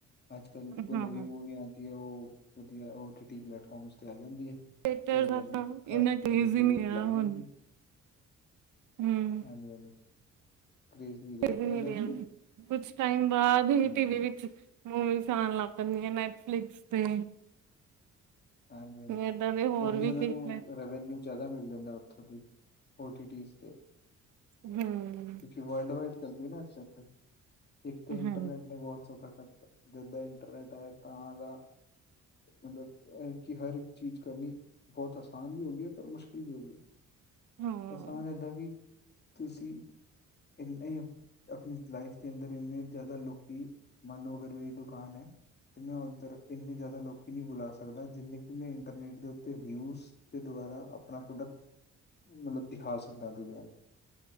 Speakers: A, on the left (about 35°); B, on the right (about 80°).
A: ਅੱਜ-ਕਲ
B: ਹਾਂ
A: ਨਵੀਂ ਮੂਵੀ ਆਉਂਦੀ ਹੈ, ਉਹ ਵਧੀਆ ਟੀ ਟੀ ਪਲੈਟਫਾਰਮ ਤੇ ਆ ਜਾਂਦੀ ਹੈ।
B: ਥੀਏਟਰ
A: ਤੇ ਔਹ
B: ਦਾ
A: ਫੇਰ
B: ਤਾਂ
A: ਘਰ
B: ਇੰਨਾ ਕਰੇਜ਼
A: ਘਰੇ ਟੀ
B: ਹੀ ਨਹੀਂ
A: ਵੀ
B: ਰਿਹਾ
A: ਚ ਲੱਗ
B: ਹੁਣ
A: ਜਾਂਦੀ ਆ।
B: ਹੂੰ
A: ਹਾਂਜੀ, ਹਾਂਜੀ। ਕਰੇਜ਼ ਨਹੀਂ ਰਿਹਾ
B: ਫਿਰ ਵੀ
A: ਪਹਿਲਾਂ
B: ਮਿਲਿਆ,
A: ਤਾਂ
B: ਕੁਛ ਟਾਈਮ ਬਾਅਦ ਹੀ
A: ਹਮ
B: ਟੀਵੀ ਵਿੱਚ ਮੂਵੀਸ ਆਣਾ ਲਾਗ ਪੈਂਦੀ ਆ, ਨੈਟਫਲਿਕਸ ਤੇ।
A: ਹਾਂਜੀ, ਹਾਂਜੀ
B: ਏਦਾਂ ਦੇ ਹੋਰ
A: ਉਹੀ
B: ਵੀ
A: ਉਹਨਾਂ
B: ਕਈ
A: ਨੂੰ
B: ਪਲੈ
A: ਰੈਵਨਿਊ ਜ਼ਿਆਦਾ ਮਿਲ ਜਾਂਦਾ ਉੱਥੋਂ ਦੀ ਓਟੀਟੀਸ ਤੇ।
B: ਹਮ।
A: ਕਿਉਂਕਿ ਵਰਲਡ ਵਾਈਡ ਚੱਲਦੀ ਨਾ ਇਸ ਕਾਰਕੇ, ਇੱਕ ਤਾਂ ਇੰਟਰਨਟ
B: ਹਾਂ
A: ਬਹੁਤ ਸੋਖਾ ਕਰ ਜਿੱਦਾਂ ਇੰਟਰਨੈਟ ਆਇਆ, ਤਾਂ ਦਾ ਮਤਲਬ ਔਹ ਹੈ ਕਿ ਹਰ ਇੱਕ ਚੀਜ਼ ਕਰਨੀ ਬਹੁਤ ਆਸਾਨ ਵੀ ਹੋ ਗਈ ਹੈ, ਪਰ ਮੁਸ਼ਕਿਲ ਵੀ ਹੋ ਗਈ।
B: ਹਾਂ
A: ਆਸਾਨ ਏਦਾਂ ਵੀ, ਤੁਸੀਂ ਇਨੇ ਆਪਣੀ ਲਾਈਫ ਦੇ ਅੰਦਰ ਇੰਨੇ ਜ਼ਿਆਦਾ ਲੋਕੀ, ਮੰਨ ਲੋ ਅਗਰ ਮੇਰੀ ਦੁਕਾਨ ਹੈ। ਤੇ ਮੈਂ ਔਧਰ ਇੰਨੇ ਜ਼ਿਆਦਾ, ਲੋਕ ਵੀ ਨਹੀਂ ਬੁਲਾ ਸਕ ਕਦਾ, ਜਿੰਨੇ ਕਿ ਮੈਂ ਇੰਟਰਨੈਟ ਦੇ ਉੱਤੇ ਵਿਊਸ ਦੇ ਦੁਆਰਾ ਆਪਣਾ ਪ੍ਰੋਡਕਟ ਮਤਲਬ ਦਿਖਾ ਸਕਦਾ ਦੂਜਿਆਂ ਨੂੰ।